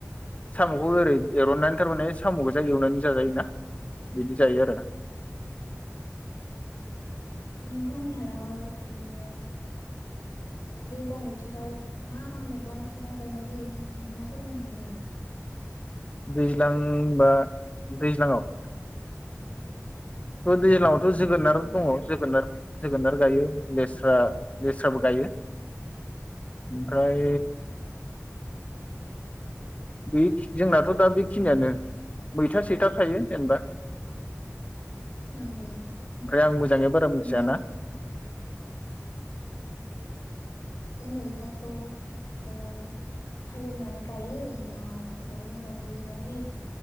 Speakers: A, on the left (about 25°); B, on the left (about 85°).
A: साम खौ ओरै एरननानै थारमाने साम गोजा एवनानै जाजायोना बिदि जायो आरो
B: नोंथां मोननि हालामाव ओरैनो दैज्लां बोथोराव मा मा मैगं थाइगं गायनाय जायो नोंथाङा फोरमायनो हागोन नामा?
A: दैज्लां बा दैज्लांआव ओ दैज्लांआव थ जोगोनार
B: औ दैज्लाङाव
A: दङ जोगोनार जोगोनार गायो लेस्रा लेस्राबो गायो ओमफ्राय बे जोंनाथ दा बेखिनियानो मैथा सैथा थायो जेनेबा
B: नंगौ
A: ओमफ्राय आं मोजाङै बारा मिथियाना
B: मै
A: <inaudible>
B: बे मैथाखौ ओ हालेवनानै गायो ना खदालजों जावग्लिनानै